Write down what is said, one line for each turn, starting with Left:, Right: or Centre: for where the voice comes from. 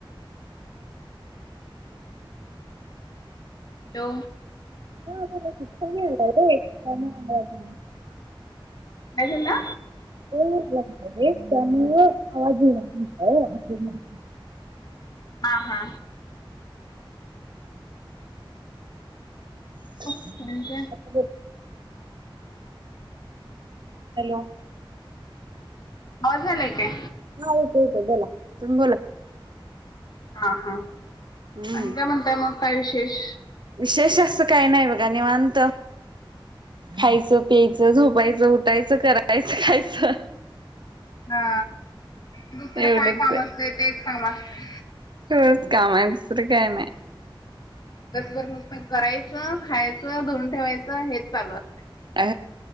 Left: हॅलो
Right: <inaudible> आवाज
Left: काय बोलला
Right: <inaudible> त्यामुळ आवाज येईना असे म्हणले
Left: हा हा
Right: <inaudible>
Left: म्हणजे
Right: हॅलो
Left: आवाज यायलाय काय
Right: हा येतोय येतोय बोला तुम्ही बोला
Left: हा हा
Right: हम्म
Left: आणि काय म्हणताय मग काय विशेष
Right: विशेष असतं काही नाही बघा निवांत खायचं प्यायचं झोपायचं उठायचं करायचं खायचं
Left: हा दुसरं
Right: एवढंच
Left: काय काम असते तेच काम असत
Right: खरंच काम आहे दुसरं काय नाही
Left: दिवसभर नुसतं करायचं खायचं धुऊन ठेवायचं हेच चालू असतं
Right: अ